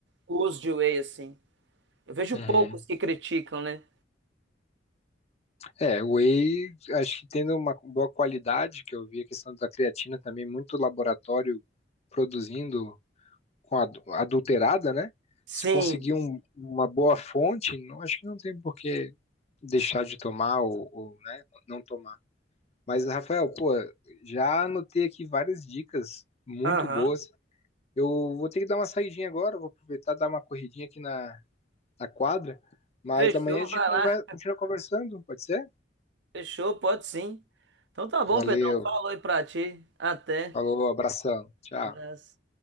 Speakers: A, on the right; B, on the left.
A: O uso de whey, assim. Eu vejo
B: Uhum.
A: poucos que criticam, né?
B: É, o whey, acho que tendo uma boa qualidade, que eu vi a questão da creatina também, muito laboratório produzindo com adu- adulterada, né?
A: Sim.
B: Se conseguir um- uma boa fonte, não, acho que não tem por que deixar de tomar ou, ou, né, não tomar. Mas, Rafael, pô, já anotei aqui várias dicas muito
A: Aham.
B: boas. Eu vou ter que dar uma saidinha agora, vou aproveitar e dar uma corridinha aqui na, na quadra. Mas
A: Fechou,
B: amanhã a gente
A: vai
B: conver-
A: lá.
B: continua conversando, pode ser?
A: Fechou, pode sim. Então tá bom,
B: Valeu,
A: Pedrão. Falou aí pra ti. Até.
B: falou, abração, tchau.
A: Abraço.